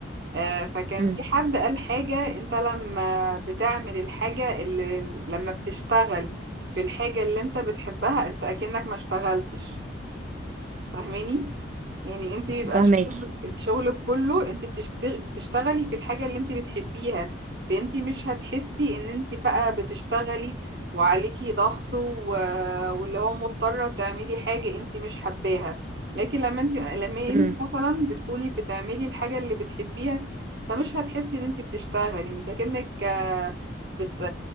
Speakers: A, on the right; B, on the right.
A: آه فكان
B: امم
A: في حد قال حاجة انت لما بتعمل الحاجة اللي لما بتشتغل في الحاجة اللي انت بتحبها انت اكنك ما اشتغلتش فاهماني يعني انت بيبقى
B: فاهماكي
A: شغل انت شغلك كله انت بتشتغ... بتشتغلي في الحاجة اللي انت بتحبيها فانت مش هتحسي ان انت بقى بتشتغلي وعليكي ضغط و... واللي هو مضطرة تعملي حاجة انت مش حباها لكن لما انت لما
B: امم
A: انت مثلا بتكوني بتعملي الحاجة اللي بتحبيها فمش هتحسي ان انت بتشتغلي انت كأنك آه، بت...